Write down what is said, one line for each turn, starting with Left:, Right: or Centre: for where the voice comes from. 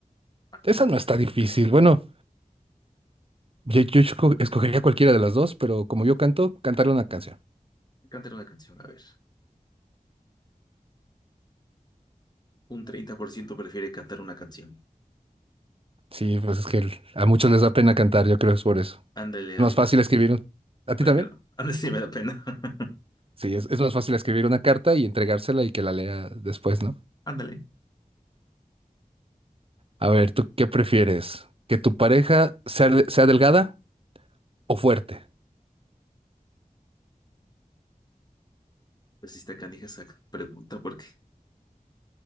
Left: Ándale.
Right: Esa no está difícil. Bueno, yo, yo esco- escogería cualquiera de las dos, pero como yo canto, cantarle una canción.
Left: Cantar una canción, a ver. Un 30% prefiere cantar una canción.
Right: Sí, pues es que el- a muchos les da pena cantar, yo creo que es por eso.
Left: Ándale,
Right: Es
Left: Avital.
Right: más fácil escribir. un- ¿A
Left: Una
Right: ti también?
Left: cara. <laughs> Ándale, sí me da pena. <laughs>
Right: Sí, es, es más fácil escribir una carta y entregársela y que la lea después, ¿no?
Left: Ándale.
Right: A ver, ¿tú qué prefieres? ¿Que tu pareja sea, de- sea delgada o fuerte?
Left: Pues sí está canija esa pregunta porque